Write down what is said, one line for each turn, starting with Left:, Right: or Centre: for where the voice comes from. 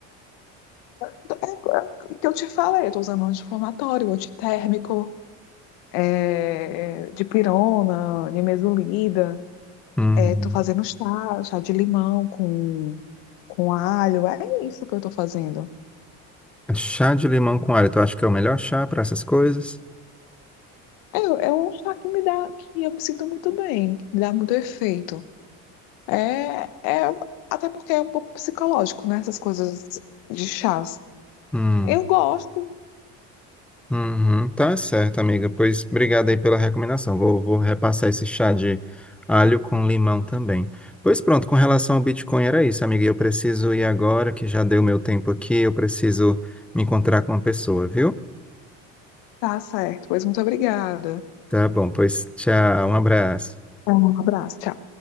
Left: É, é o que eu te falei, eu tô usando anti-inflamatório, antitérmico. é, de pirona, nimesulida.
Centre: Hum.
Left: É, tô fazendo chá, chá de limão com, com alho. É isso que eu tô fazendo.
Centre: Chá de limão com alho, tu acha que é o melhor chá para essas coisas?
Left: É, é um chá que me dá, que eu me sinto muito bem, que me dá muito efeito. É, é, até porque é um pouco psicológico, né? Essas coisas de chás.
Centre: hum
Left: Eu gosto.
Centre: Uhum, tá certo, amiga. Pois obrigado aí pela recomendação. Vou, vou repassar esse chá de alho com limão também. Pois pronto, com relação ao Bitcoin era isso, amiga. E Eu preciso ir agora, que já deu meu tempo aqui. Eu preciso me encontrar com uma pessoa, viu?
Left: Tá certo. Pois muito obrigada.
Centre: Tá bom, pois tchau, um abraço.
Left: Um abraço. Tchau.